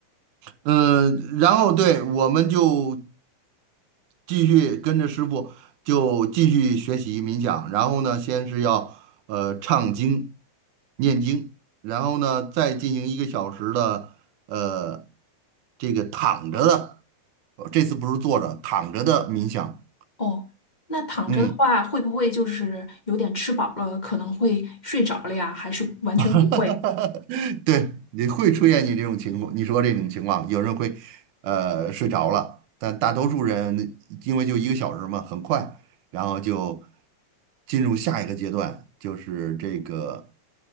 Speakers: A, on the right (about 85°); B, on the left (about 15°).
A: 嗯，呃然后对，我们就继续跟着师傅就继续学习冥想，然后呢，先是要呃唱经、念经，然后呢再进行一个小时的呃这个躺着的，呃这次不是坐着，躺着的冥想，
B: 哦，那躺着的话，
A: 嗯。
B: 会不会就是有点吃饱了，可能会睡着了呀？还是完全不会？
A: <laughs> 哈哈哈！对，你会出现你这种情况，你说这种情况，有人会呃睡着了，但大多数人因为就一个小时嘛，很快，然后就进入下一个阶段，就是这个